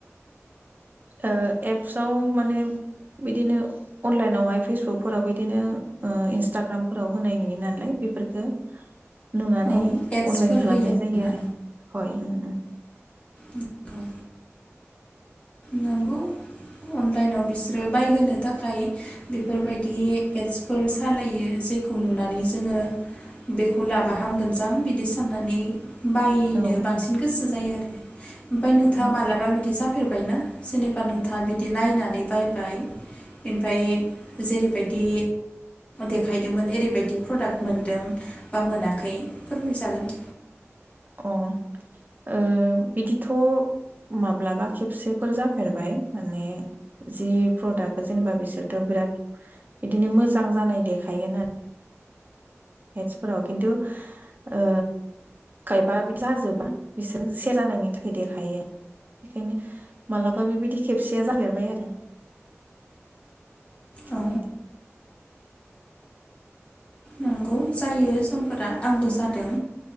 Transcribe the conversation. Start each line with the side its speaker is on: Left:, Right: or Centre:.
Right: ओ एप्सआव माने बिदिनो अनलाइनावहाय फेसबुकफोराव बिदिनो ओ इन्सटाग्रामफोराव होनाय नुयो नालाय बेफोरफोरखौ नुनानै
Left: औ एड्सफोर
Right: अनलाइन खालामनाय
Left: होयो आरोना
Right: जायो आरो हय ओ
Left: नंगौ नंगौ अनलाइनाव बिसोरो बायहोनो थाखाय बेफोरबायदि एद्सफोर सालायो जेखौ नुनानै जोङो बेखौ लाबाहामगोनजां बिदि साननानै बायनो
Right: औ
Left: बांसिन गोसो जायो आरो ओमफाय नोंथाङा
Right: उम
Left: मालाबा बिदि जाफ बाय ना जेनेबा नोंथाङा बिदि नायनानै बायबाय ओमफाय जेरैबायदि देखायदोंमोन ओरैबायदि प्रडाक्ट मोनदों बा मोनाखै फोरमायजागोन।
Right: अ ओ बिदिथ' माब्लाबा खेबसेफोर जाफेरबाय माने जि प्रडाक्टखौ जेनेबा बिसोरथ' बिराद बिदिनो मोजां जानाय देखायोना एद्सफोराव खिन्थु ओ खायफा बि जाजोबा बिसोर से जानायनि थाखाय देखायो बेखायनो मालाबा बेबायदि खेबसेया जाफेरबाय आरो
Left: औ
Right: बिदि
Left: नंगौ जायो सम फोरा आंबो
Right: औ
Left: जादों